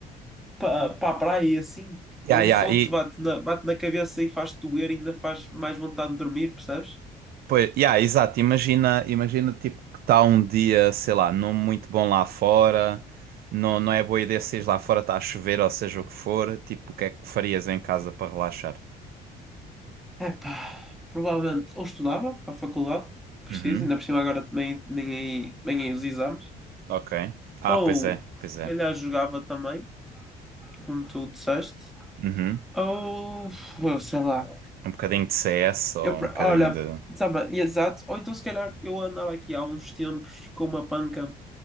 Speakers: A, in the centre; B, on the right (about 65°).
A: para pa a praia e assim.
B: Yeah,
A: É um
B: yeah.
A: sol que te bate na, bate na cabeça e faz-te doer e ainda faz mais vontade de dormir, percebes?
B: Pois, yeah, exato. Imagina, imagina tipo que está um dia, sei lá, não muito bom lá fora, não, não é boa ideia se lá fora está a chover ou seja o que for, tipo, o que é que farias em casa para relaxar?
A: Epá, provavelmente ou estudava para a faculdade, preciso,
B: Uhum,
A: ainda por cima agora também nem aí, nem aí os exames,
B: ok. Ah,
A: ou
B: pois é, pois
A: se
B: é.
A: calhar jogava também, como tu disseste,
B: Uhum.
A: ou sei lá,
B: Um bocadinho de CS ou
A: Eu, pra-
B: um bocadinho
A: olha,
B: de.
A: sabe, exato. Ou então, se calhar, eu andava aqui há uns tempos com uma panca